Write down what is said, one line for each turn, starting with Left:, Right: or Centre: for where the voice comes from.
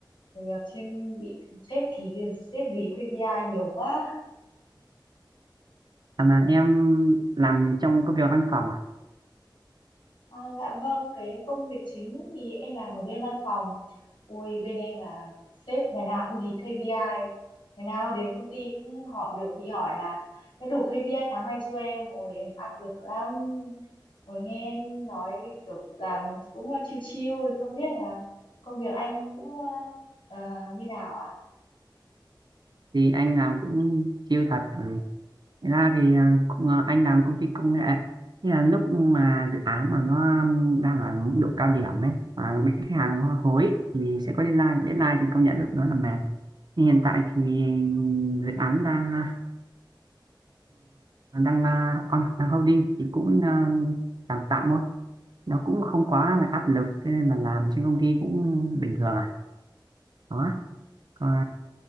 Left: Bởi Vì trên bị sếp ký sếp gì KPI nhiều quá.
Right: à mà em làm trong công việc văn phòng à
Left: Ờ, dạ vâng, cái công việc chính thì em làm ở bên văn phòng. Ui, bên em là sếp ngày nào cũng dí KPI. Ngày nào đến công ty cũng họ được bị hỏi là đã đủ KPI tháng này chưa em? Ôi, em áp lực lắm. Ôi, nghe anh nói thì kiểu làm cũng ờ, chill chill thì không biết là công việc anh cũng ờ, ờ, như nào ạ?
Right: thì anh làm cũng chill thật ừ. Thế ra thì à, à, anh làm công ty công nghệ thì là lúc mà dự án mà nó um, đang ở mức độ cao điểm ấy và bị khách hàng hối thì sẽ có deadline deadline thì công nhận được nó là mệt nhưng hiện tại thì dự án đang à, đang à, on đang holding thì cũng à, tạm tạm thôi nó cũng không quá là áp lực thế nên là làm trên công ty cũng bình thường à đó còn